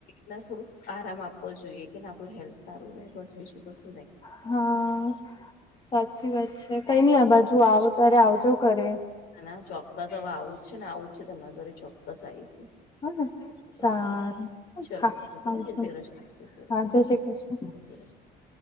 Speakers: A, on the left; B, on the left.
A: ના થોડું આરામ આપવો જોઈએ કે ના આપણું હેલ્થ સારું રહે બસ બીજું તો.
B: હા. સાચી વાત છે કઈ નઈ આ બાજુ આવો ત્યારે આવજો ઘરે -
A: ના ના ચોક્કસ હવે આવું જ છે ને આવું જ છે તમારા ઘરે ચોક્કસ આવીશું
B: હ ને સારું
A: હા ચલો
B: હા
A: હક
B: આવજો
A: હ જય શ્રી કૃષ્ણ જય શ્રી કૃષ્ણ-
B: હા જય શ્રી કૃષ્ણ
A: એ <inaudible>